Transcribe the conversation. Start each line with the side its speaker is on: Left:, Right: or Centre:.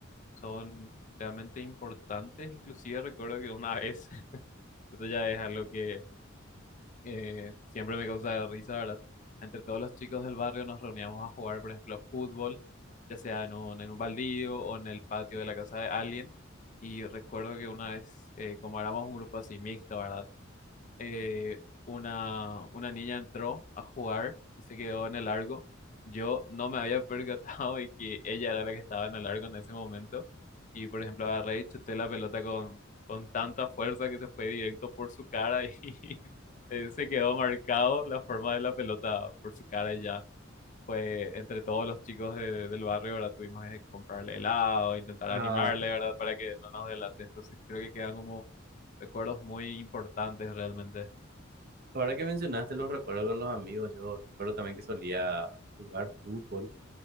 Left: son realmente importantes. Inclusive recuerdo que una vez, <laughs> eso ya es algo que eh, siempre me causa risa, ¿verdad? Entre todos los chicos del barrio nos reuníamos a jugar, por ejemplo, fútbol, ya sea en un, en un baldío o en el patio de la casa de alguien. Y recuerdo que una vez, eh, como éramos un grupo así mixto, ¿verdad? Eh, una, una niña entró a jugar y se quedó en el largo. Yo no me había <laughs> percatado de que ella era la que estaba en el largo en ese momento. Y, por ejemplo, agarré y chuté la pelota con, con tanta fuerza que se fue directo por su cara y <laughs> eh, se quedó marcado la forma de la pelota por su cara y ya. Fue entre todos los chicos de- del barrio, ¿verdad? Tuvimos que comprarle helado, intentar animarle,
Right: Ah,
Left: ¿verdad? Para que no nos delate. Entonces creo que quedan como recuerdos muy importantes realmente.
Right: Ahora que mencionaste los recuerdos con los amigos, yo recuerdo también que solía jugar fútbol.